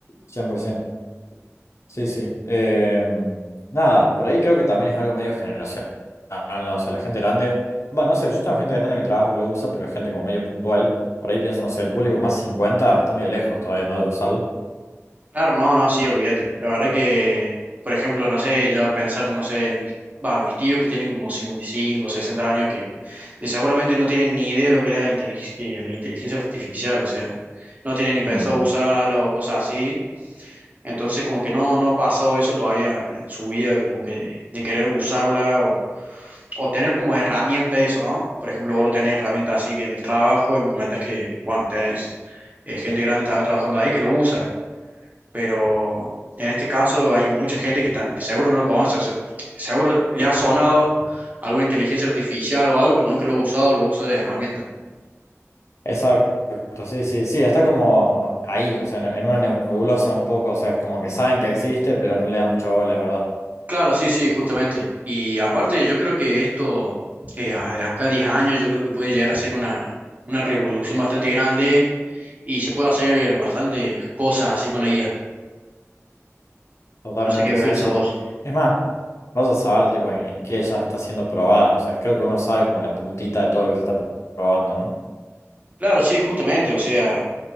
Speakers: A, on the left; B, on the right.
A: 100%. Sí, sí. Eh, nada, por ahí creo que también es algo medio generacional, ¿no? O sea, la gente grande, bueno, no sé, yo tengo gente grande en mi trabajo que lo usa, pero es gente como medio puntual. Por ahí pienso, no sé, el público más 50 está medio lejos todavía, ¿no? De usarla.
B: Claro, no, no, sí, olvídate. La verdad que, por ejemplo, no sé, ya pensar, no sé, en mis, va, en mis tíos que tienen como 55, 60 años, que de- seguramente no tienen ni idea de lo que es la, intelig- eh, la inteligencia artificial, o sea, no tienen ni pensado
A: Mm.
B: usarlo o cosas así. Entonces, como que no, no ha pasado eso todavía en su vida, de como que de querer usarla o, o tener como herramienta eso, ¿no? Por ejemplo, vos lo tenés herramienta así que en el trabajo y me comentas que, bueno, tenés eh, gente grande también trabajando ahí que lo usa, pero en este caso hay mucha gente que ta- de seguro no lo conoce, o sea, seguro le ha sonado alguna inteligencia artificial o algo, pero nunca lo ha usado, lo usa de herramienta.
A: Exacto, sí, sí, sí, está como ahí, o sea, en, en una nebulosa un poco, o sea, es como que saben que existe, pero no le dan mucha bola, es verdad.
B: Claro, sí, sí, justamente. Y aparte, yo creo que esto, eh, a- de acá a 10 años, yo creo que puede llegar a ser una, una revolución bastante grande y se puede hacer bastantes cosas así con la IA.
A: Totalmente,
B: No sé qué
A: sí,
B: pensás
A: sí.
B: vos.
A: Es más, vas a saber, tipo, en, en qué ya está siendo probada, o sea, creo que uno sabe como la puntita de todo lo que se está probando, ¿no?
B: Claro, sí, justamente. O sea,